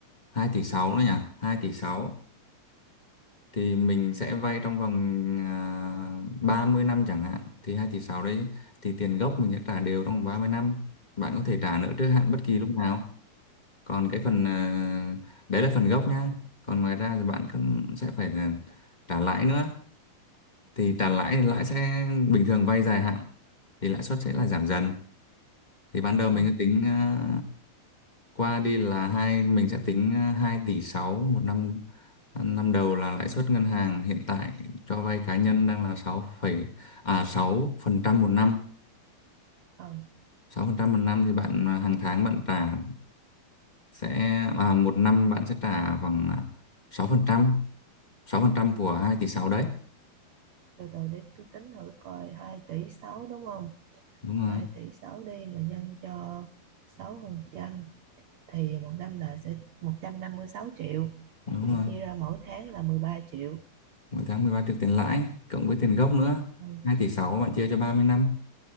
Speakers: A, on the left (about 30°); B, on the right (about 75°).
A: 2 tỷ 6 nữa nhỉ hai tỷ sáu thì mình sẽ vay trong vòng à, 30 năm chẳng hạn thì 2 tỷ 6 đấy thì tiền gốc mình sẽ trả đều trong vòng ba mươi năm bạn có thể trả nợ trước hạn bất kỳ lúc nào còn cái phần à, đấy là phần gốc nhá còn ngoài ra thì bạn cũng sẽ phải là trả lãi nữa thì trả lãi thì lãi sẽ bình thường vay dài hạn thì lãi suất sẽ là giảm dần thì ban đầu
B: ờ
A: mình cứ tính à, qua đi là hai mình sẽ tính à, 2 tỷ 6 một năm ờ, năm đầu là lãi suất ngân hàng hiện tại cho vay cá nhân đang là 6 phẩy- à 6% một năm
B: ờ
A: sáu phần trăm một năm thì bạn à, hàng tháng bạn trả sẽ à, một năm bạn sẽ trả khoảng à, sáu phần trăm sáu phần
B: Ừ.
A: trăm của 2 tỷ 6 đấy
B: từ từ để tôi tính thử coi 2 tỷ 6 đúng không
A: đúng rồi
B: hai tỷ 6 đi mà nhân cho 6% thì một năm là sẽ một trăm năm mươi sáu triệu
A: đúng
B: thì
A: rồi
B: chia ra mỗi tháng là mười ba triệu
A: mỗi tháng 13 triệu tiền lãi cộng với tiền gốc nữa
B: ừ.
A: hai tỷ sáu bạn chia cho ba mươi năm